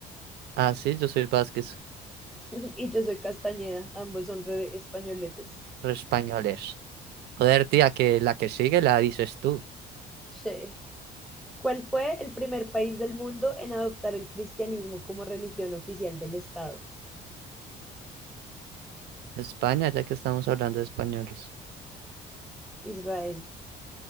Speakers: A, on the right; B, in the centre.
A: Ah, sí, yo soy Vázquez,
B: <laughs> Y yo soy Castañeda, ambos son re españoletes.
A: Re españoles. Joder, tía, que la que sigue la dices tú.
B: Sí. ¿Cuál fue el primer país del mundo en adoptar el cristianismo como religión oficial del Estado?
A: España, ya que estamos hablando de españoles.
B: Israel.